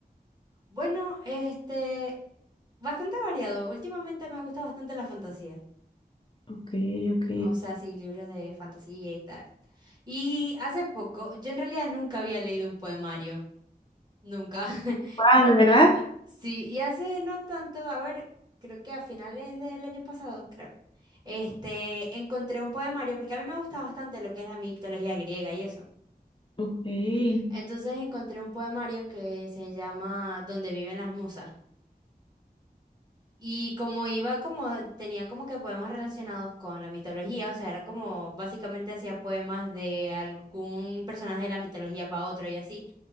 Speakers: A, on the right; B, on the left.
A: Bueno, este, bastante variado. Últimamente me gusta bastante la fantasía.
B: Ok, ok.
A: O sea, sí, libros de fantasía y tal. Y hace poco, yo en realidad nunca había leído un poemario. Nunca. <laughs>
B: Wow, ¿de verdad?
A: Sí, y hace no tanto, a ver, creo que a finales del año pasado, creo. Este, encontré un poemario, porque a mí me gusta bastante lo que es la mitología griega y eso.
B: Ok.
A: Entonces encontré un poemario que se llama Donde viven las musas. Y como iba como, tenía como que poemas relacionados con la mitología, o sea, era como básicamente hacía poemas de algún personaje de la mitología para otro y así.